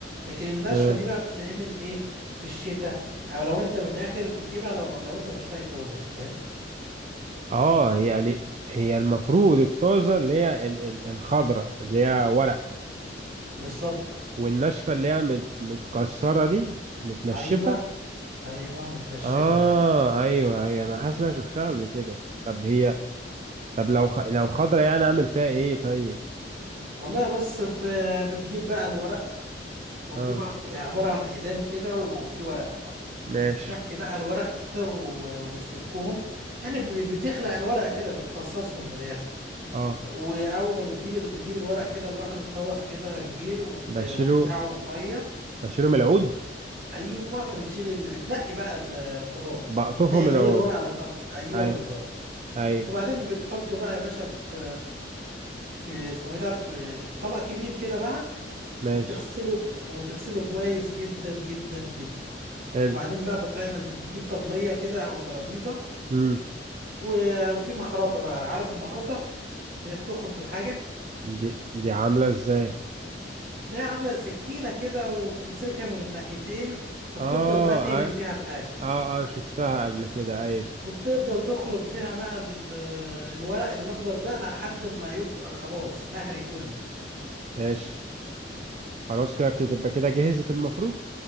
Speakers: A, on the right (about 55°); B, on the right (about 40°).
A: لكن الناشفة
B: امم
A: دي بقى بتتعمل ايه في الشتاء او لو انت من الاخر بتجيبها لو لو انت مش لاقي طازة فاهم
B: اه يعني هي المفروض الطازة اللي هي ال- ال- الخضرة اللي هي ورق
A: بالظبط
B: والناشفة اللي هي مت- متكسرة دي متنشفة
A: ايوه ايوه متنشفة
B: اه
A: بقى
B: ايوه ايوه انا حاسس إن أنا شفتها قبل كده طب هي طب لو خ... لو خضرة يعني اعمل فيها ايه طيب
A: والله بص ب- بتجيب بقى الورق هو
B: اه
A: بيبقى في عبارة عن عيدان كده وفي ورق
B: ماشي
A: بتنقي بقى الورق كده و- وبتفكهم يعني ب- بتخلق الورق كده بتفصصهم من الآخر
B: اه
A: وأول ما بتجيب ال- بتجيب الورق كده لوحده في طبق كده كبير وت...
B: بشيله
A: وتنقعه بمية
B: بشيله من العود
A: أيوه بتشيل اللي بتنقي بقى ال- الخضار
B: بقطفه
A: تنقي
B: من
A: اللي
B: العود
A: هي الورقة الخضراء أيوه
B: اي
A: بالظبط
B: اي
A: وبعدين بتحطه بقى يا باشا في في اسمه ايه ده في طبق كبير كده بقى
B: ماشي
A: وبتغسله وتغسله كويس جدا جدا جدا
B: حلو
A: وبعدين بقى بتعمل بتجيب طبلية كده أو ترابيزة
B: امم
A: وفي مخرطة بقى عارف المخرطة اللي هي بتخرط الحاجة
B: دي دي عاملة ازاي
A: هتلاقيها عاملة سكينة كده وبتمسكها من الناحيتين وبتفضل
B: اه
A: بقى تهري
B: اه
A: بيها الحاجة
B: اه, آه شفتها قبل كده ايوه
A: وبتفضل تخرط بيها بقى ال- الورق الأخضر ده لحد ما يبقى خلاص مهري كله
B: ماشي خلاص كده كده- تبقى كده جهزت المفروض